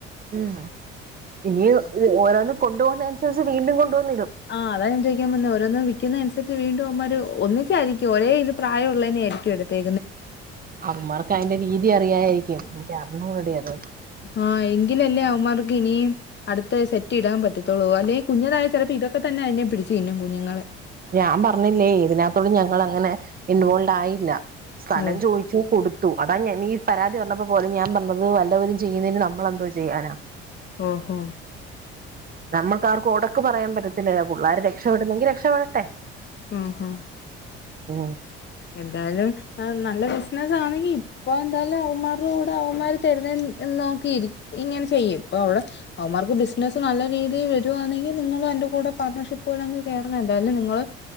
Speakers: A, on the right; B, on the left.
A: ഉം ഇനിയും ഓരോന്ന് കൊണ്ടു പോവുന്ന <unintelligible> വീണ്ടും കൊണ്ടുവന്നിടും
B: ആഹ്താൻ ചോദിക്കൻേ ഓരോ ക്കുന്നനുസരിച്ച് വീണ്ടും അമ്മമാര് ഒന്നിച്ചായിരിക്കും ഒരേ ഇത് പ്രായമുള്ളള്ളതിനെ ആയിരിക്കും എടുത്തേ
A: അവൻമാർക്ക് അതിന്റെ രീതി അറിയായിരിക്കും എനിക്ക് അറിഞ്ഞൂടടി അത്
B: ആഹ് എങ്കിലല്ലേ അവന്മാർക്ക് ഇനിയും അടുത്ത സെറ്റ് ഇടാൻ പത്തുള്ളൂ അല്ലെങ്ക കുഞ്ഞതായ ചിലപ്പോൾ ഇതൊക്കെ തന്നെ അതിനെ പിടിച്ചു ഇന്നും കുഞ്ഞുങ്ങളെ
A: ഞാൻ പറഞ്ഞില്ലേ ഇതിനകത്തോളും ഞങ്ങൾ അങ്ങനെ ഇൻവോൾഡ് ആയില്ല സ്ഥലം
B: ഓഹ്
A: ചോയിച്ചു കൊടുത്തു അതാ ഞാൻ പരാതി പറഞ്ഞപ്പോ പോലെ ഞാൻ പറഞ്ഞത് വല്ലവരും ചെയ്യുന്നതിന് നമ്മളെന്തോ ചെയ്യാനാ
B: ഓ ഹോ
A: നമ്മുക്കാർക്കും ഉടക്ക് പറയാൻ പറ്റത്തില്ലല്ല പിള്ളോര് രക്ഷപ്പെടുന്നെങ്കി രക്ഷപ്പെടട്ടെ
B: ഉം ഉം
A: ഓ
B: എന്തായാലും നല്ല ബിസിനസ് ആണെങ്കിൽ ഇപ്പൊ എന്തായാലും അവന്മാരുടെ കൂടെ അവന്മാര് തരുന്ന നോക്കിയിരിക്ക ഇങ്ങനെ ചെയ്യും ഇപ്പൊ അവിടെ അവന്മാർക്ക് ബിസിനസ് നല്ല രീതിയിൽ വരുുകവാണെങ്കിൽ നിങ്ങും എന്റെ കൂടെ പാർട്ണർഷിപ്പ് പോലെ അങ്ങ് കേയറണം എന്തായാലും നിങ്ങള്